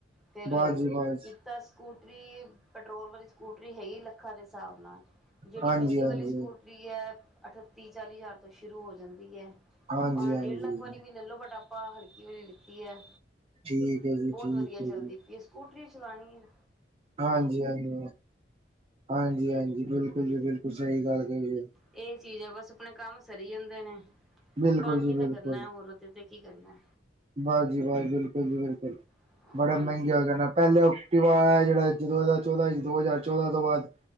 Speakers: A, in the centre; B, on the right.
A: ਫਿਰ
B: ਬਸ ਜੀ ਬਸ
A: ਇੱਕ ਤਾਂ ਸਕੂ ਸਕੂਟਰੀ ਪੈਟਰੋਲ ਵਾਲੀ ਸਕੂਟਰੀ ਹੈਗੀ ਲੱ ਅੱਖਾਂ ਦੇ ਹਿਸਾਬ ਨਾਲ ਜਿਹੜੀ
B: ਹਾਂਜੀ
A: ਬਿਜਲੀ
B: ਹਾਂਜੀ
A: ਵਾਲੀ ਸਕੂਟਰੀ ਹੈ। ਅਠੱਤੀ ਚਾਲੀ ਹਜ਼ਾਰ ਤੋਂ ਸ਼ੁਰੂ ਹੋ ਜਾਂਦੀ ਹੈ
B: ਹਾਂਜੀ
A: ਭਾਂ
B: ਹਾਂਜੀ
A: ਡੇਢ ਲੱਖ ਵਾਰੀ ਵੀ ਲੈ ਲੋ ਬਟ ਆਪ ਹਾਂ ਹਲਕੀ ਵਾਲੀ ਲਿੱਤੀ ਹੈ
B: ਠੀਕ ਹੈ ਜੀ
A: ਬਹੁਤ
B: ਠੀਕ
A: ਵਧੀਆ ਚਲਦੀ
B: ਹੈ ਜੀ
A: ਪਈ ਹੈ ਸਕੂਟਰੀ ਚਲਾਉਣੀ ਐ।
B: ਹਾਂਜੀ -ਹਾਂਜੀ -ਹਾਂਜੀ -ਹਾਂਜੀ ਬਿਲਕੁਲ ਜੀ ਬਿਲਕੁਲ ਸਹੀ ਗੱਲ <unintelligible>
A: ਇਹ ਚੀਜ਼ ਹੈ ਬਸ ਆਪਣੇ ਕੰਮ ਸਰੀ ਜਾਂਦੇ ਨੇ
B: ਬਿਲਕੁਲ
A: ਕੰਮ
B: ਜੀ
A: ਹੀ
B: ਬਿਲਕੁਲ
A: ਤਾਂ ਕਰਨਾ ਹੋਰ ਉਹਦੇ ਤੇ ਕੀ ਕਰਨਾ।
B: ਬਸ ਜੀ ਬਸੀ ਬਿਲਕੁਲ ਜੀ ਬਿਲਕੁਲ
A: ਹੈ।
B: ਬੜੇ
A: ਹਾਂਜੀ।
B: ਮਹਿੰਗੇ ਹੋ ਜਾਣਾ ਪਹਿਲੇ ਐਕਟੀਵਾ ਜਿਹੜਾ ਜਦੋਂ ਚੌਦਾਂ ਦੋ ਹਜ਼ਾਰ ਚੌਦਾਂ ਤੋਂ ਬਾਅਦ